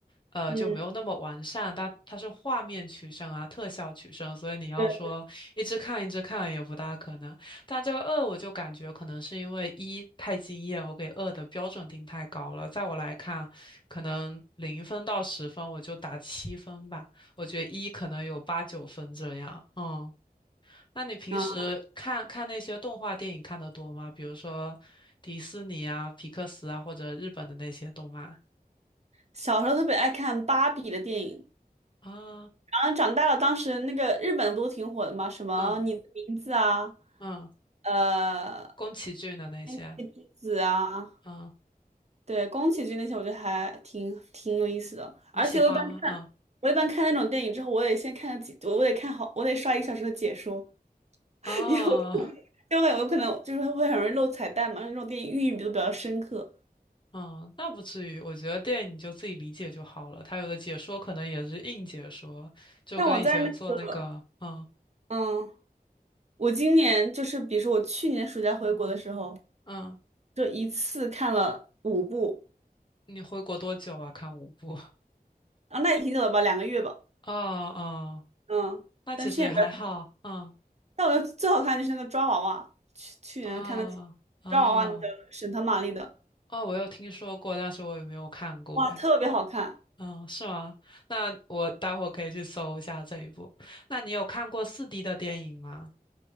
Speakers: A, on the left; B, on the right.
A: 呃，
B: 嗯，
A: 就没有那么完善，但它是画面取胜啊，特效取胜，所以你要说一直看一直看也不大可能。
B: 对
A: 但这个二我就感觉可能是因为一太惊艳，我给二的标准定太高了，在我来看，可能零分到十分我就打七分吧，我觉得一可能有八九分这样，嗯。那你平时看看那些动画电影看的多吗？
B: 啊，
A: 比如说迪士尼啊、皮克斯啊，或者日本的那些动漫
B: 小时候特别爱看芭比的电影，
A: 啊，
B: 然后长大了，当时那个日本不都挺火的吗？什么你的名字啊，
A: 嗯嗯，
B: 呃，
A: 宫崎骏的那些，
B: 天气之子啊。
A: 嗯，
B: 对，宫崎骏那些我觉得还挺挺有意思的，
A: 你喜欢吗？
B: 而且我一般看，
A: 嗯
B: 我一般看那种电影之后，我得先看个几，我得看好，我得刷一个小时的解说，
A: 啊
B: <laughs> 因为我因为我感觉我可能就是会很容易漏彩蛋嘛，那种电影寓意都比较深刻。
A: 嗯，那不至于，我觉得电影你就自己理解就好了。它有的解说可能也是硬解说，就跟以前做那个，
B: 像我在那个，
A: 嗯
B: 嗯，我今年就是比如说我去年暑假回国的时候，
A: 嗯，
B: 就一次看了五部，
A: 你回国多久啊？看五部，
B: 啊，那也挺久了吧，两个月吧，
A: <laughs> 哦哦，
B: 嗯，
A: 那其实也还好，
B: 但去年比较
A: 嗯
B: 但我觉得最好看就是那个抓娃娃，去去年看的
A: 啊啊。
B: 抓娃娃，那个沈腾、马丽的。
A: 哦，我有听说过，但是我也没有看过。
B: 哇，
A: 哎，
B: 特别好看，
A: 嗯，是吗？那我待会儿可以去搜一下这一部。那你有看过四 d 的电影吗